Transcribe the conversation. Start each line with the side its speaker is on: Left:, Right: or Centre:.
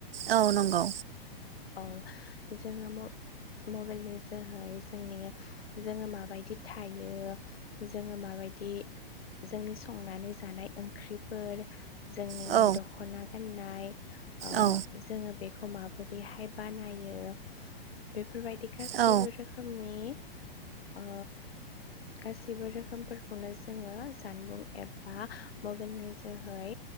Right: औ नंगौ
Left: औ। जोङो म-मबाइलनि जोहै जोंनि जोङो माबायदि थायो जोङो माबायदि जोंनि संनानै जानाय ओंख्रिफोर जोंनि
Right: औ
Left: दख'ना गान नाय ओ
Right: औ
Left: जोङो बेखौ माबोरैहाय बानायो बेफोरबायदि गासैबो
Right: औ
Left: रोखोमनि ओ गासैबो रोखोमफोरखौनो जोङो जानबुं एबा मबेइलनि जोहै